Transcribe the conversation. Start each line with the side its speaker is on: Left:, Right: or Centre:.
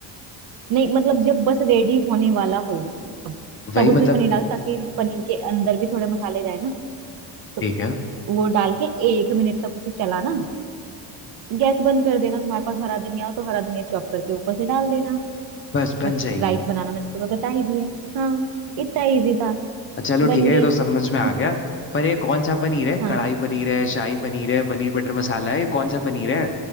Right: नहीं मतलब जब बस रेडी होने वाला हो
Left: वही
Right: तब उसमें
Left: मतलब
Right: पनीर डाल ताकि पनीर के अंदर भी थोड़े मसाले जाए ना तो
Left: ठीक है
Right: वो डाल के एक मिनट तक उसे चलाना गैस बंद कर देना तुम्हारे पास हरा धनिया हो तो हरा धनिया चॉप करके ऊपर से डाल देना
Left: बस बन
Right: और
Left: जाएगी
Right: राइस बनाना मैंने तुम्हें बता ही दिया हाँ इतना इजी था
Left: अ, चलो
Right: बन
Left: ठीक है
Right: गई
Left: ये तो समझ में आ
Right: <laughs>
Left: गया पर ये कौन सा पनीर है
Right: हाँ
Left: कढ़ाई पनीर है शाही पनीर है पनीर बटर मसाला है ये कौन सा पनीर है